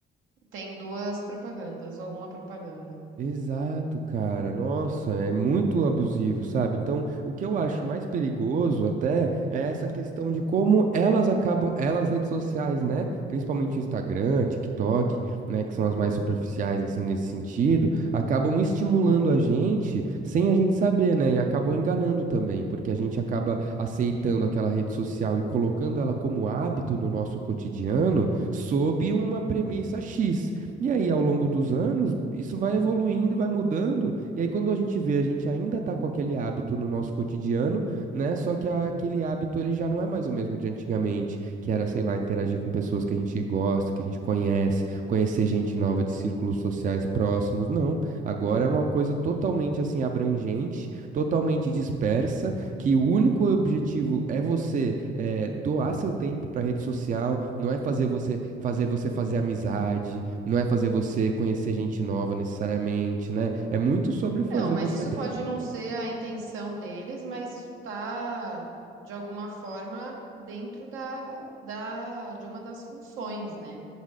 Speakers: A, on the right; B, on the right.
A: tem duas propagandas ou uma propaganda.
B: Exato, cara. Nossa, é muito abusivo, sabe? Então, o que eu acho mais perigoso até é essa questão de como elas acabam, elas redes sociais, né? Principalmente Instagram, TikTok, né, que são as mais superficiais assim nesse sentido, acabam estimulando a gente sem a gente saber, né? E acabam enganando também, porque a gente acaba aceitando aquela rede social e colocando ela como hábito no nosso cotidiano sob uma premissa X. E aí, ao longo dos anos, isso vai evoluindo e vai mudando. E aí, quando a gente vê, a gente ainda tá com aquele hábito no nosso cotidiano, né? Só que a- aquele hábito ele já não é mais o mesmo de antigamente, que era, sei lá, interagir com pessoas que a gente gosta, que a gente conhece, conhecer gente nova de círculos sociais próximos. Não. Agora é uma coisa totalmente assim abrangente, totalmente dispersa que o único objetivo é você eh, doar seu tempo para rede social, não é fazer você fazer você fazer amizade, não é fazer você conhecer gente nova necessariamente, né? É muito sobre fazer
A: Não, mas
B: você
A: isso
B: aprender.
A: pode não ser a intenção deles, mas isso tá, de alguma forma, dentro da, da, de uma das funções, né?